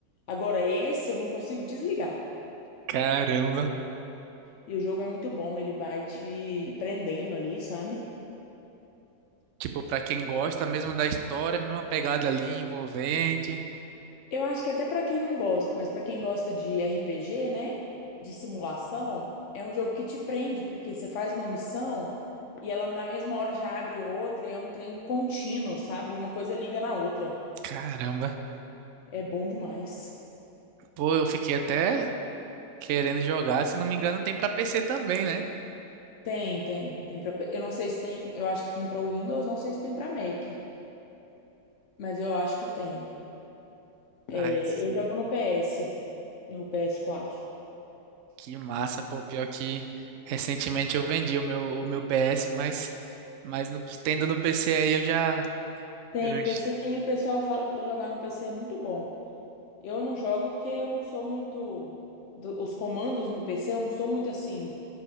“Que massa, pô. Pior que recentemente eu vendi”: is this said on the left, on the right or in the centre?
Right